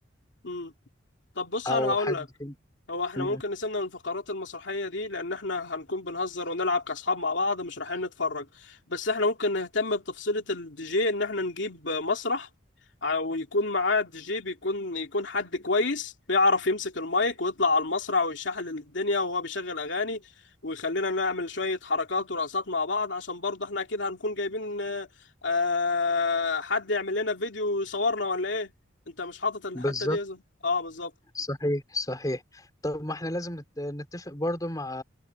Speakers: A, on the left (about 70°); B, on the left (about 20°).
A: مم. طب بص
B: او
A: انا هقول
B: حد
A: لك هو احنا
B: مم،
A: ممكن نسيبنا من الفقرات المسرحية دي لأن احنا هنكون بنهزر ونلعب كأصحاب مع بعض مش رايحين نتفرج بس احنا ممكن نهتم بتفصيلة الدي جي إن احنا نجيب مسرح ع- ويكون معاه الدي جي بيكون يكون حد كويس بيعرف يمسك المايك ويطلع على المسرح ويشحل الدنيا وهو بيشغل أغاني ويخلينا نعمل شوية حركات ورقصات مع بعض عشان برضه احنا أكيد هنكون جايبين آه، آه، حد يعمل لنا فيديو يصورنا ولا إيه؟ أنت مش حاطط الحتة
B: بالظبط
A: دي يا زلمة؟ اه بالظبط
B: صحيح صحيح طب ما احنا لازم نت- نتفق برضو مع